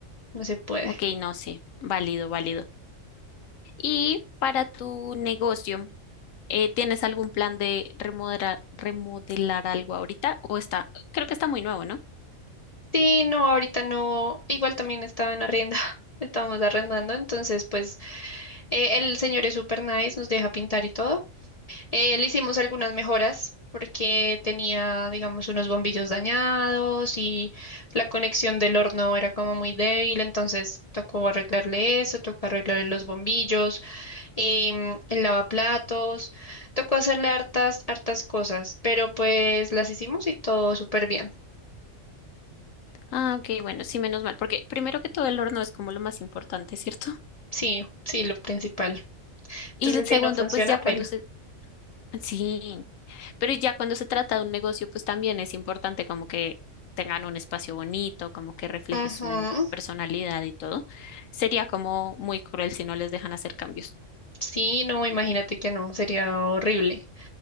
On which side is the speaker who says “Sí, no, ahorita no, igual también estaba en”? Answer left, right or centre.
Left